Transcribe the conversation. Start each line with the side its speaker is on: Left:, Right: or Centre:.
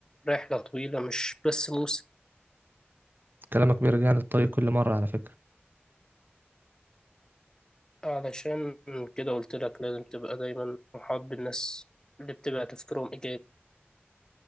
Left: رحلة طويلة مش بس موسم
Right: كلامك بيرجعني للطريق كل مرة على فكرة
Left: علشان كده قلت لك لازم تبقى دايما محاط بالناس اللي بتبقى تفكيرهم إيجابي